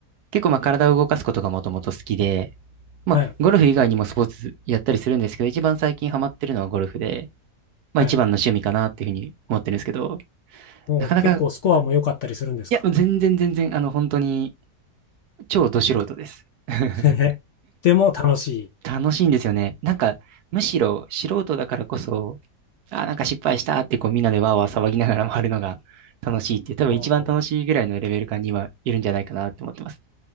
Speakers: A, on the right; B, on the left.
A: 結構まあ体を動かすことがもともと好きで、まあゴルフ以外にもスポーツやったりするんですけど、
B: はい。
A: 一番最近ハマってるのはゴルフで、まあ一番の趣味かなっていうふうに思ってるんですけど、
B: はい。もう結構スコアも良かったりするんですか
A: なかなか、いや、全然全然、あの本当に超ど素人です。<laughs>
B: <laughs> でも楽しい。
A: 楽しいんですよね。なんか、むしろ素人だからこそ、あー、なんか失敗したってこうみんなでわーわー騒ぎながら回るのが楽しいっていう、多分一番楽しいぐらいのレベル感にはいるんじゃないかなって思ってます。
B: お